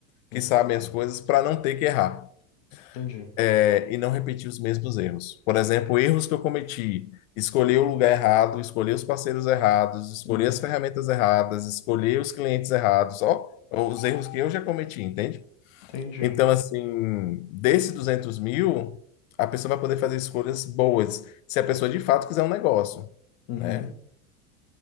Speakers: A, on the left; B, on the left.
A: que
B: Entendi.
A: sabem as coisas para não ter que errar
B: Entendi.
A: é, e não repetir os mesmos erros. Por exemplo, erros que eu cometi, escolher o lugar errado, escolher os parceiros errados, escolher
B: Hum.
A: as ferramentas erradas, escolher os clientes errados, ó, os erros que eu já cometi, entende?
B: Entendi.
A: Então, assim, desses 200 mil, a pessoa vai poder fazer escolhas boas, se a pessoa de fato quiser um negócio,
B: Uhum.
A: né?